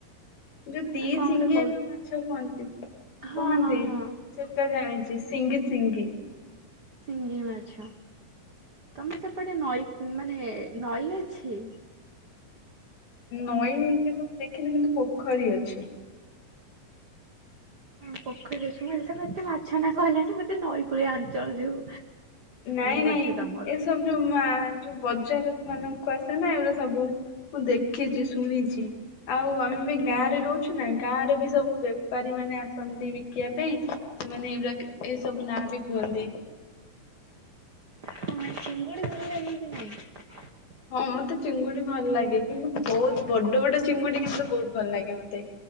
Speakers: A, on the left (about 75°); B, on the right (about 55°).
A: ଯୋଉ ଦି
B: ନା କଣ
A: ସିଙ୍ଗିଆ
B: ଗୋଟେ କହୁ
A: ଯୋଉ ମାଛ ଖୁଅନ୍ତି।
B: ହଁ
A: କୁହନ୍ତି
B: ହଁ ହଁ।
A: ସେଟା ଜାଣିଛି ସିଙ୍ଗି ସିଙ୍ଗି
B: ସିଂଙ୍ଗି ମାଛ ତମେ ସେପଟେ ନଈ ମାନେ ନଈ ଅଛି?
A: ନଈ କିନ୍ତୁ ମୁ ଦେଖିନି କିନ୍ତୁ ପୋଖର ଅଛି।
B: ପୋଖରୀ ମୁଁ ଭାବିଲି ତମେ ଏତେ ମାଛ ନା କହିଲଣି ମତେ ନଈକୂଳିଆ ଅଞ୍ଚଳ ଯୋଉ
A: ନାଇଁ ନାଇଁ
B: ବୋଧେ ତମର।
A: ଏସବୁ ଯୋଉ ମା ଯୋଉ ବଜାର ମାନ କୁ ଆସେ ନା ଏଗୁଡା ସବୁ ମୁଁ ଦେଖିଛି ଶୁଣିଛି ଆଉ ଆମେ ଏ ଗାଁ ରେ ରହୁଛୁ ନା ଗାଁରେ ବି ସବୁ ବେପାରୀ ମାନେ ଆସନ୍ତି ବିକିବା ପାଇଁ ସେମାନେ ଏରୁ ଏଇସବୁ ନାଁ ବି କୁହନ୍ତି।
B: ହଁ ଚିଙ୍ଗୁଡି ଲାଗେ କି ନାଇଁ? <unintelligible>
A: ହଁ ମତେ ଚିଙ୍ଗୁଡି ଭଲ ଲାଗେ କିନ୍ତୁ ବହୁତ ବଡ ବଡ ଚିଙ୍ଗୁଡି କିନ୍ତୁ ବହୁତ ଭଲ ଲାଗେ ମତେ।